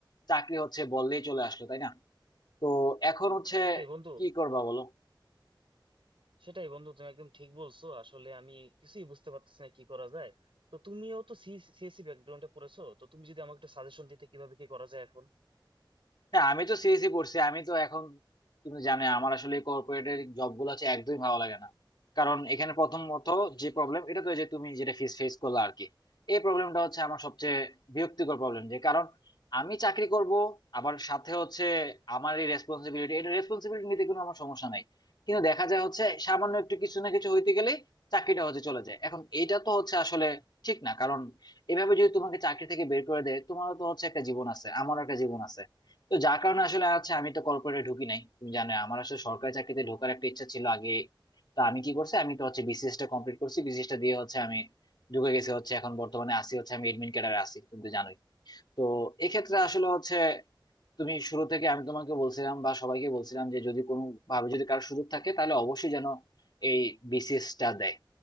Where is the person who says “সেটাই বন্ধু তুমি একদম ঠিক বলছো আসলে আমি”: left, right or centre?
Right